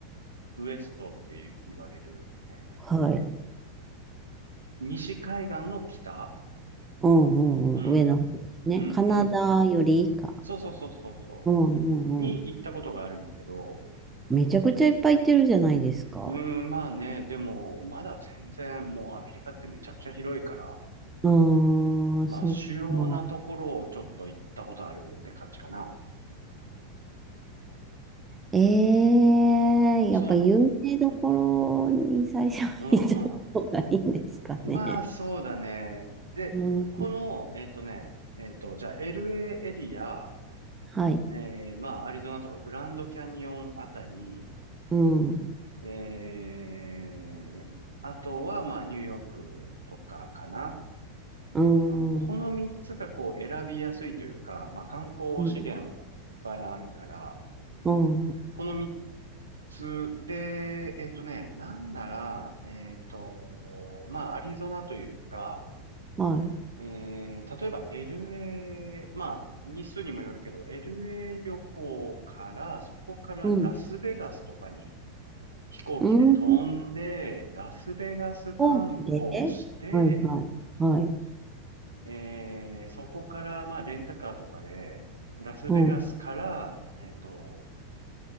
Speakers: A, on the right; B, on the right.
A: ウエストって言われる、え
B: はい。
A: ー西海岸の北
B: うんうんうん。
A: うん、
B: 上の方ですね。
A: うん、
B: カナダより以下。
A: うん。そうそうそうそうそ
B: うんうんうん。
A: う。に行ったことがあるんだけど、
B: めちゃくちゃいっぱい行ってるじゃないですか。
A: うん、まあね、でも、まだ全然、もうアメリカってめちゃくちゃ広いから、
B: ああ、
A: まあ、
B: そっか。
A: 主要なところをちょっと行ったことあるって感じかな。
B: ええええやっぱ有名どころに最初は行った方がいいんですかね。
A: その、うんうん。まあ、そうだね。で、
B: うん、
A: この、えっとね、えっと、じゃあ、LA エーエリア、
B: はい。
A: えー、まあ、アリゾナとかグランドキャニオンあたり、
B: うん。
A: えー、あとは、まあ、ニューヨークとかかな。
B: うん。
A: まあ、この3つがこう選びやすいというか、
B: は
A: まあ、観光資源もいっぱいあるから、
B: い。うん。
A: この3つで、えっとね、なんなら、えっと、まあ、アリゾナというか、
B: はい。
A: えー、例えば LA、まあ、日数にもよるけど、LA 旅行から、そこからラスベガスとかに
B: うん。
A: 飛行機で飛んで、
B: うん。
A: ラスベガス観光して、
B: 大きではい、はい。はい。
A: えー、そこから、まあ、レンタカーとかで、ラスベガスから、
B: うん。
A: えっと、